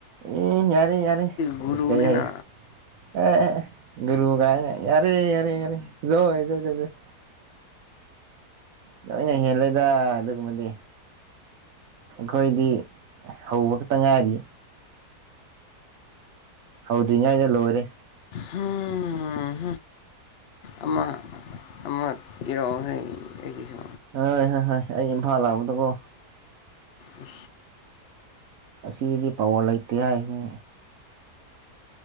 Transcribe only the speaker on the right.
ꯏ ꯌꯥꯔꯔꯤ ꯌꯥꯔꯔꯤ
ꯏꯁꯀꯩ ꯌꯥꯏꯦ ꯑꯦ ꯑꯦ ꯑꯦ ꯒꯨꯔꯨꯒꯥꯏꯅ ꯌꯥꯔꯦ ꯌꯥꯔꯦ ꯌꯥꯔꯦ ꯖꯣꯏ ꯖꯣꯏ ꯖꯣꯏ ꯂꯣꯏꯅ ꯍꯦꯜꯂꯦꯗ ꯑꯗꯨꯒꯨꯝꯕꯗꯤ ꯑꯩꯈꯣꯏꯗꯤ ꯍꯧꯕ ꯈꯛꯇ ꯉꯥꯏꯔꯤ ꯍꯧꯗ꯭ꯔꯤꯉꯥꯏꯗ ꯂꯣꯏꯔꯦ
ꯍꯣꯏ ꯍꯣꯏ ꯍꯣꯏ ꯑꯩ ꯏꯝꯐꯥꯜ ꯂꯥꯛꯄꯗꯀꯣ
ꯑꯁꯤꯗꯤ ꯄꯋꯥ ꯂꯩꯇꯦ ꯍꯥꯏꯅꯤ